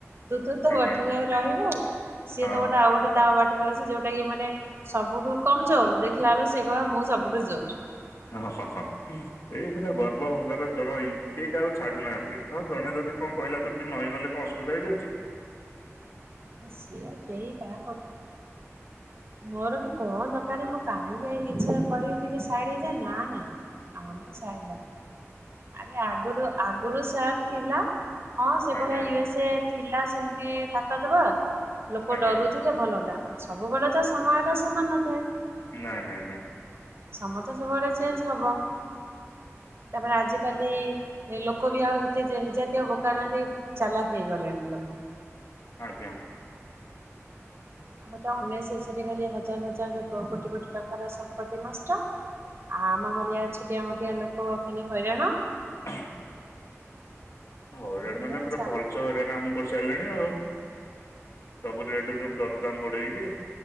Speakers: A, on the right; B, on the left.
A: ତୁ ତ ତୋ
B: ଆଜ୍ଞା
A: ବାଟରେ ରହିବୁ ସିଏ
B: ହଁ
A: ତ ଗୋଟେ ଆଉ ଗୋଟେ ତା ବାଟରେ ଅଛି ଯୋଉଟା କି ମାନେ ସବୁଠୁ କମଜୋର ଦେଖିଲା ବେଳକୁ ସିଏ କହିବ ମୁଁ ସବୁଠୁ ଜୋର
B: ହଁ ହଁ ହଁ। ସେଇପରା ଗର୍ବ ଅହଂକାର ଜମା ବି କେହି କାହାକୁ ଛାଡୁନାହାନ୍ତି ହଁ ଜଣେ ଯଦି କଣ କହିଲା ତୁ ଟିକେ ନଈଁ ଗଲେ କଣ ଅସୁବିଧା ହେଇଯାଉଛି?
A: ଅଁ ସେୟା କେହି କାହାକୁ। ମୋର ବି କଣ ଦରକାରେ? ମୁଁ କାହିଁକି ଏଇ ଜିନିଷରେ ପଡିବି ଟିକେ ସାଇଡ ହେଇଯାଏ ନା ନା ଆମେ ସାଇଡ ହବୁନ ଆରେ ଆଗରୁ ଆଗରୁ ସାର୍ ଥିଲା। ହଁ ସେଭଳିଆ
B: ଆଜ୍ଞା
A: ୟୁ ଏସ ଏ ଥିଲା ସେମିତି ତାକତବର୍। ଲୋକ
B: ଆଜ୍ଞା
A: ଡରୁଥିଲେ ଭଲ ହନ୍ତା ସବୁବେଳେ ତ ସମୟ ଟା ସମାନ ନଥାଏ।
B: ନାଇଁ ନାଇଁ ମ୍ୟାମ।
A: ସମସ୍ତେ ସେଭଳିଆ ଚେଞ୍ଜ ହବ ତାପରେ ଆଜିିକାଲି। ହେ ଲୋକ ବି ଆଉ ହେତେ ଯେ ହେ ଜାତିଆ ବୋକା ନାହାନ୍ତି ଚାଲାକ ହେଇଗଲେଣି ଲୋକ।
B: ଆଜ୍ଞା।
A: ଆମର ତ ଅନନେସେସେରି ଖାଲି ହଜାର ହଜାର କ-କୋଟି କୋଟି ଟଙ୍କାର ସମ୍ପତ୍ତି ନଷ୍ଟ। ଆ ଆମ ଭଳିଆ ଛୋଟିଆ ମୋଟିଆ ଲୋକ ଖାଲି ହଇରାଣ।
B: ହୁ ହଇରାଣ
A: ଏଇଭଳିଆ
B: ମାନେ ପୁରା
A: ଚା
B: ଭଲ ଚ ହଇରାଣ ଆମକୁ କରିସାରିଲେଣି ଆଉ ସବୁ ରେଟ ସବୁ ଦରଦାମ୍ ବଢେଇକି।